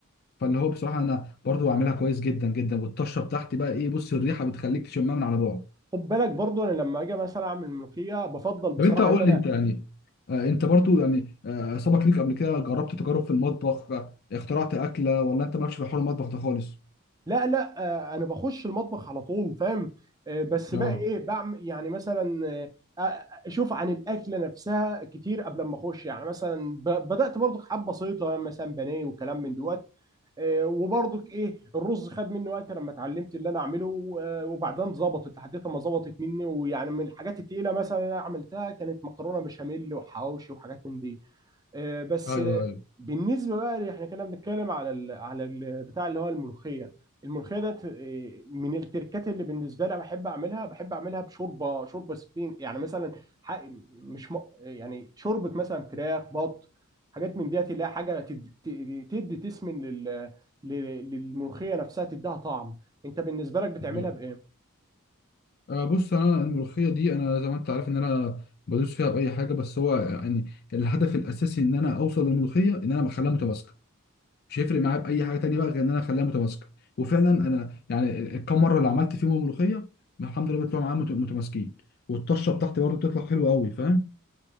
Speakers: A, on the left; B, on the right.
A: فاللي هو بصراحه انا برضو بعملها كويس جدا جدا والطشه بتاعتي بقى ايه بص الريحه بتخليك تشمها من على بعد
B: خد بالك برضو انا لما اجي مثلا اعمل ملوخيه بفضل بصراحه
A: طب انت قول
B: ان انا
A: لي انت يعني آه، انت برضو يعني آه، سبق ليك قبل كده جربت تجارب في المطبخ آه، اخترعت اكله ولا انت مالكش في حوار المطبخ ده خالص
B: لا لا آه انا بخش المطبخ على طول فاهم آه بس
A: اه
B: بقى ايه بعمل يعني مثلا آه آه، اشوف عن الاكله نفسها كتير قبل ما اخش يعني مثلا ب- بدات برضو حبه بسيطه مثلا بانيه وكلام من دوت آه، وبرضك ايه الرز خد مني وقت لما اتعلمت اللي انا اعمله آه، وبعدين ظبطت لحد ما ظبطت مني ويعني من الحاجات التقيله مثلا اللي انا عملتها كانت مكرونه بشاميل وحواوشي وحاجات من دي آه، بس
A: ايوه
B: آه،
A: ايوه
B: بالنسبه بقى اللي احنا كنا بنتكلم على ال على ال بتاع اللي هو الملوخيه الملوخيه ده من التركات اللي بالنسبه لي بحب اعملها بحب اعملها بشوربه شوربه سبين يعني مثلا ح- مش م... يعني شوربه مثلا فراخ بط حاجات من ديت اللي هي حاجه تدي تدي تدي تسمن لل... لل- للملوخيه نفسها تديها طعم انت بالنسبه لك بتعملها
A: بالظبط
B: بايه؟
A: آه بص انا الملوخيه دي انا زي ما انت عارف ان انا بدوس فيها باي حاجه بس هو يعني الهدف الاساسي ان انا اوصل للملوخيه ان انا بخليها متماسكه مش هيفرق معايا باي حاجه تانيه بقى غير ان انا اخليها متماسكه وفعلا انا يعني الكام مره اللي عملت فيهم الملوخيه الحمد لله بيطلعوا معايا مت- متماسكين والطشه بتاعتي برضو بتطلع حلوه قوي فاهم